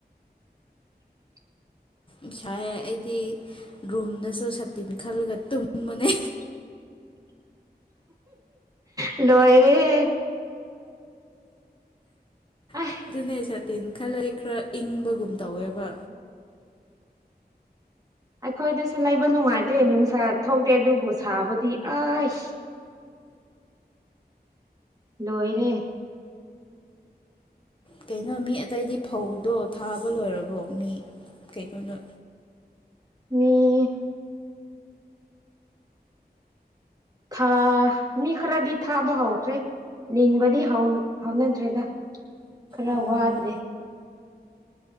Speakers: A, on the right (about 20°); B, on the left (about 30°).
A: <inaudible>
B: ꯉꯥꯏ ꯑꯩꯗꯤ ꯔꯨꯝꯗꯁꯨ ꯁꯥꯇꯤꯟ ꯈꯜꯂꯒ ꯇꯨꯝꯕꯅꯦ
A: <inaudible> ꯂꯣꯏꯔꯦ ꯑꯩ
B: ꯑꯗꯨꯅꯦ ꯈꯜ ꯂꯩ ꯈꯔ ꯏꯪꯕꯒꯨꯝ ꯇꯧꯋꯦꯕ
A: ꯑꯩꯈꯣꯏꯗꯁꯨ ꯂꯩꯕ ꯅꯨꯡꯉꯥꯏꯇꯦ ꯅꯨꯡꯁꯥ ꯊꯣꯛꯇꯦ ꯑꯗꯨꯕꯨ ꯁꯥꯕꯨꯗꯤ ꯑꯩ ꯂꯣꯣꯏꯔꯦ
B: ꯀꯩꯅꯣ ꯃꯤ ꯑꯇꯩꯗꯤ ꯐꯧꯗꯣ ꯊꯥꯕ ꯂꯣꯏꯔꯕꯣ ꯃꯤ ꯀꯩꯅꯣꯗꯣ
A: ꯃꯤ ꯊꯥ ꯃꯤ ꯈꯔꯗꯤ ꯊꯥꯕ ꯍꯥꯎꯈ꯭ꯔꯦ ꯂꯤꯡꯕꯗꯤ ꯍꯥꯎꯅꯗ꯭ꯔꯦꯗ ꯈꯔ
B: ꯑꯣ
A: ꯋꯥꯠꯂꯦ